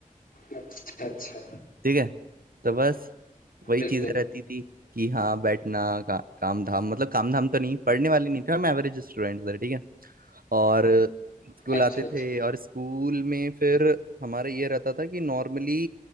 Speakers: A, on the left (about 80°); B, on the right (about 85°).
A: अच्छा अच्छा
B: ठीक है तो बस वही
A: बिल्कुल
B: चीजें रहती थी कि हाँ बैठना का, काम धाम मतलब काम धाम तो नहीं पढ़ने वाले नहीं थे हम एवरेज स्टूडेंट थे ठीक है और स्कूल
A: अच्छा
B: आते
A: अच्छा
B: थे और स्कूल में फिर हमारा ये रहता था कि नॉर्मली